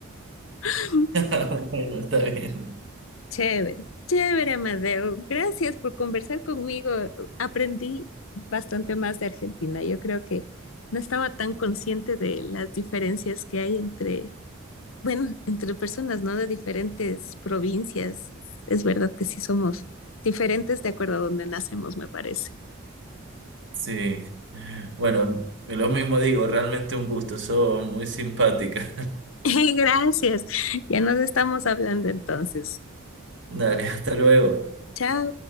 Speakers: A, on the left (about 75°); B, on the right (about 60°).
A: <laughs>
B: <laughs> Bueno, está bien.
A: Chévere, chévere, Amadeo. Gracias por conversar conmigo. Aprendí bastante más de Argentina. Yo creo que no estaba tan consciente de las diferencias que hay entre, bueno, entre personas, ¿no? De diferentes provincias. Es, es verdad que sí somos diferentes de acuerdo a donde nacemos, me parece.
B: Sí. Bueno, lo mismo digo, realmente un gusto. Sos muy simpática.
A: <laughs> Gracias. Ya nos estamos hablando entonces.
B: <laughs> Dale, hasta luego.
A: Chao.